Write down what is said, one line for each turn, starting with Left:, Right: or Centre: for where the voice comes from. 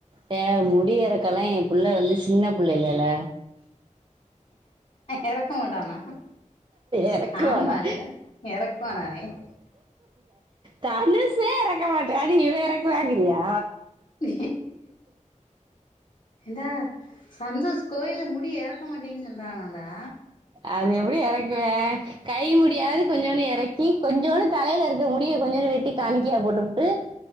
Right: தே முடி எறக்கெல்லா எ புள்ள வந்து சின்ன புள்ள இல்லல்ல
Left: எறக்க மாட்டானா
Right: இறக்குவாடா
Left: ஆமால்ல எறக்குவானா அவே
Right: தனுஷே எறக்க மாட்டா நீ எறக்குவாங்கிறியா
Left: உ என்டா சந்தோஷ் கோயில்ல முடி எறக்க மாட்டேன்னு சொல்றானாடா
Right: அது எப்டி எறக்குவா கை முடியாது கொஞ்சோன்டு எறக் கி கொஞ்சோன்டு தலையில இருக்கற முடிய கொஞ்சோன்டு வெட்டி காணிக்கையா போட்டுப்புட்டு